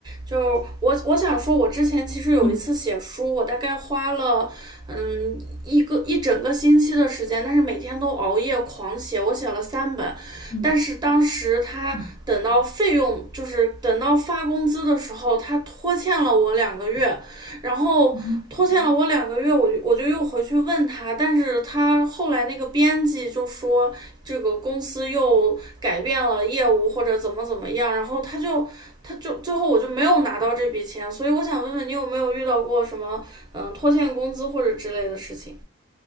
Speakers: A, on the right (about 20°); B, on the left (about 75°).
A: 就我我想说，我之前其实有一次写书，
B: 嗯
A: 我大概花了嗯一个一整个星期的时间，但是每天都熬夜狂写，我写了三本。
B: 嗯
A: 但是当时他等到费用，
B: 嗯
A: 就是等到发工资的时候，他拖欠了我两个月，然后拖欠了我两个月，
B: 嗯
A: 我就我就又回去问他，但是他后来那个编辑就说，这个公司又改变了业务或者怎么怎么样，然后他就他就最后我就没有拿到这笔钱，所以我想问问你有没有遇到过什么嗯拖欠工资或者之类的事情？